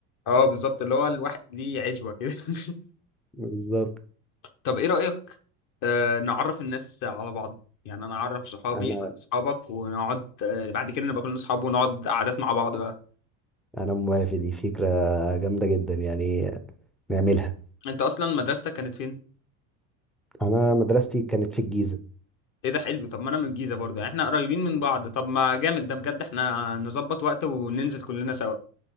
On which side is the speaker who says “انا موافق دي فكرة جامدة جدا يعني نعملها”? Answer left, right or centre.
Centre